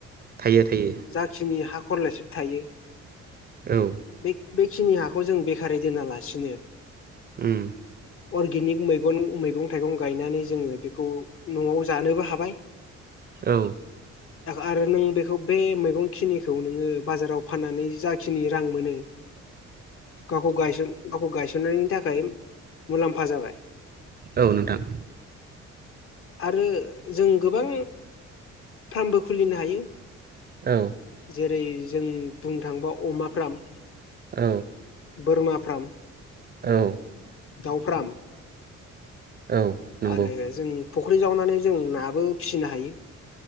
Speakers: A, on the right (about 35°); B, on the left (about 45°).
A: थायो थायो
B: जाखिनि हा खरलेबसे थायो
A: औ।
B: बे बेखिनि हाखौ जों बेखारै दोनालासिनो
A: उम।
B: अर्गेनिक मैगन-मैगं-थाइगं गायनानै जोङो बेखौ न'आव जानोबो हाबाय।
A: औ।
B: आरो नों बेखौ बे मैगं खिनिखौ नोङो बाजाराव फाननानै जाखिनि रां मोनो गावखौ गायस-गावखौ गायसननायनि थाखाय मुलाम्फा जाबाय।
A: औ, नोंथां।
B: आरो जों गोबां फार्मबो खुलिनो हायो।
A: औ।
B: जेरै जों बुंनो थाङोबा अमा फ्राम।
A: औ।
B: बोरमा फ्राम।
A: औ।
B: दाउ फ्राम।
A: औ नंगौ
B: आरो जों फुख्रि जावनानै जों नाबो फिसिनो हायो।